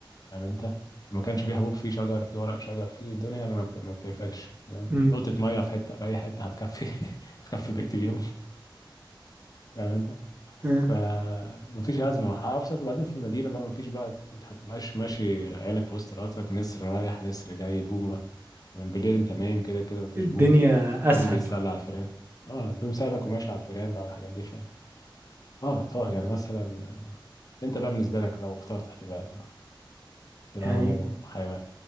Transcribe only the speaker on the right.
امم
آه.
الدنيا
اسهل
يعني